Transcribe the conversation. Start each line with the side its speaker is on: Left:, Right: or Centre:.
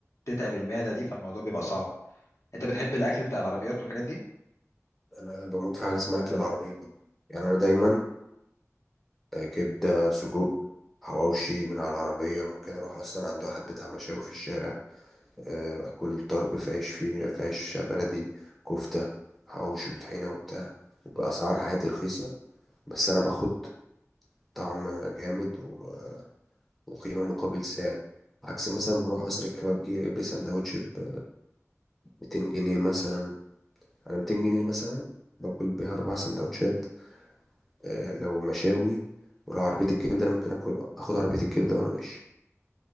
Left: بتتعب المعدة دي فالموضوع بيبقى صعب أنت بتحب الأكل بتاع العربيات والحاجات دي؟
Centre: أنا بموت في حاجة اسمها أكل العربية يعني أنا دايما آه، كبدة سجق حواوشي من على العربية ممكن أروح أصلا عند واحد بتاع مشاوي في الشارع آه، أكل طرب في عيش فيه في عيش بلدي كفتة حواوشي وطحينة وبتاع بأسعار عادي رخيصة بس أنا باخد طعم جامد و- وقيمة مقابل سعر عكس مثلا بروح قصر الكبابجي أجيب لي سندوتش ب 200 جنيه مثلا على 200 جنيه دي مثلا باكل بيها أربع سندوتشات آه، لو مشاوي ولو عربية الكبدة أنا ممكن آكل آخد عربية الكبدة وأنا ماشي